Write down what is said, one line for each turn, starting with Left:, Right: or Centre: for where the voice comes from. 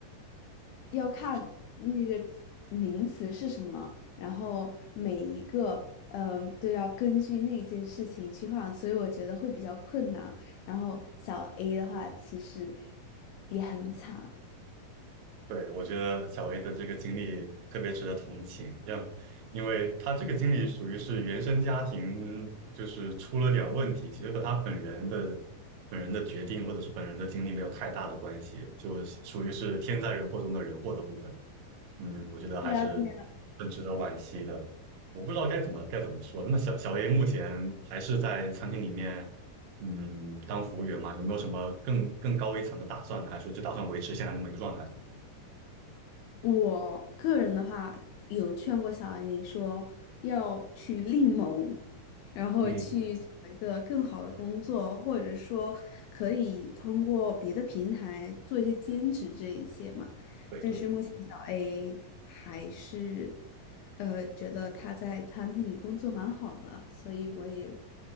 Left: 要看那个名词是什么，然后每一个嗯都要根据那件事情去换，所以我觉得会比较困难。然后小 A 的话，其实也很惨。
Right: 对，我觉得小 A 的这个经历特别值得同情，要，因为他这个经历属于是原生家庭，就是出了点问题，其实和他本人的本人的决定或者是本人的经历没有太大的关系，就属于是天灾人祸中的人祸的部分。嗯，我觉得还是
Left: 对呀，对
Right: 很值得惋惜的。我不知道该怎么该怎么说。那么小小 A 目前还是在餐厅里面，嗯，当服务员吗？有没有什么更更高一层的打算呢？还是说就打算维持现在这么一个状态？
Left: 我个人的话，有劝过小 A 说要去另谋，然后去找一个更好的工作，
Right: 嗯。
Left: 或者说可以通过别的平台做一些兼职这一些嘛。
Right: 对对，
Left: 但是目前小 A 还是，呃，觉得他在餐厅里工作蛮好的，所以我也